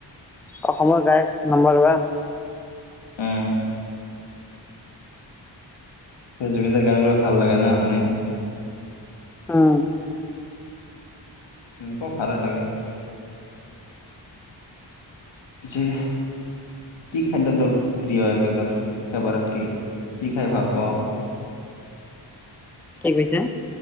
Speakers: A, in the centre; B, on the left.
A: অসমৰ গায়ক নম্বৰ ওৱান।
B: উম জুবিনদাৰ গানবোৰ ভাল লাগে ন শুনি।
A: উম।
B: মোকো ভালে লাগে। যে- কি খাদ্য তোৰ প্ৰিয় একেবাৰে, ফেভাৰত কি, কি খাই ভাল পোৱা?
A: কি কৈছা?